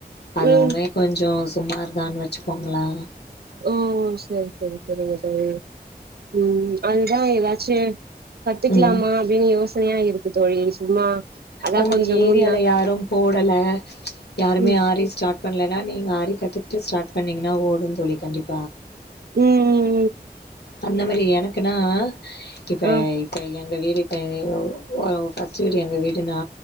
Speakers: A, on the left; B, on the right.
A: அதுவுமே
B: ம்
A: கொஞ்சோ சுமார் தான் வச்சுக்கோங்ளா
B: ஓ சரி சரி சரிங்க தோழி ம் அந்தா ஏதாச்சு கத்துக்லாமாம்
A: ம்
B: அப்டின் யோசனையா இருக்கு தோழி சும்மா அதா
A: உங்க
B: கொஞ்சோ
A: ஏரியால
B: முன்னா
A: யாரும் போடல யாருமே
B: ம்
A: ஆரி ஸ்டாட் பண்லனா நீங்க ஆரி கத்துக்குட்டு ஸ்டாட் பண்ணீங்னா ஓடுன் தோழி கண்டிப்
B: உ உம்
A: அந்த மாரி எனக்குன்னா இப்ப
B: ஆ
A: இப்ப எங்க வீடி எனயோ ஓயவ் ஃபஸ்ட்டு வீடு எங்க வீடு ரினா